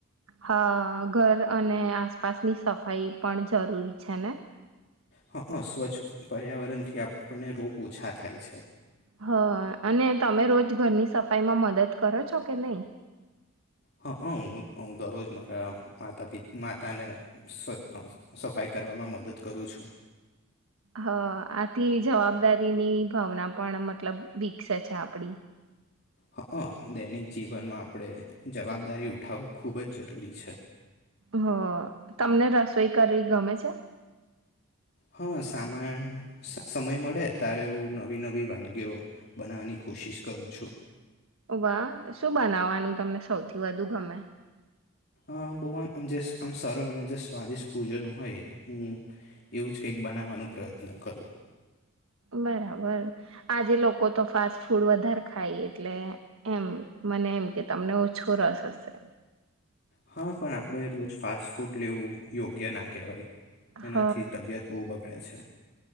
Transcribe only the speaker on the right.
હ ઘર અને આસપાસની સફાઈ પણ જરૂરી છે ને
હા અને તમે રોજ ઘરની સફાઈમાં મદદ કરો છો કે નહી
હ આથી જવાબદારીની ભાવના પણ મતલબ વિકસે છે આપડી
હ તમને રસોઈ કરવી ગમે છે
વા શું બનાવાનું તમને સૌથી વધુ ગમે
બરાબર આજે લોકો તો ફાસ્ટ ફૂડ વધારે ખાય એટલે એમ મને એમ કે તમને ઓછો રસ હશે
હ